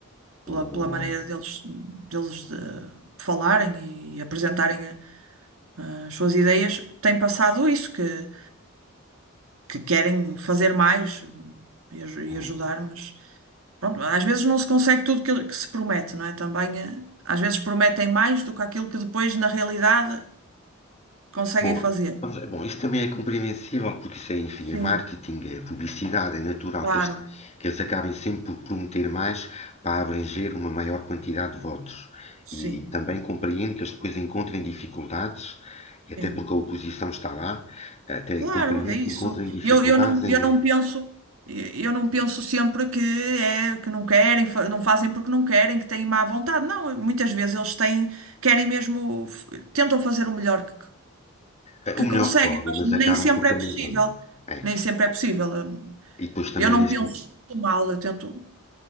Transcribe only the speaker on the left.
o,
um,
Boa.
Vamos lá. Bom, isto também é compreensível, porque isso é, enfim,
é marketing, é publicidade, é natural
que, este- que eles acabem sempre por prometer mais para abranger uma maior quantidade de votos.
E também compreendo que eles depois encontrem dificuldades, e até
porque a oposição está lá, até
compreendo
que encontrem dificuldades
em
é,
o melhor
que podem,
mas
acabam
por também.
É, é.
E depois também
neste.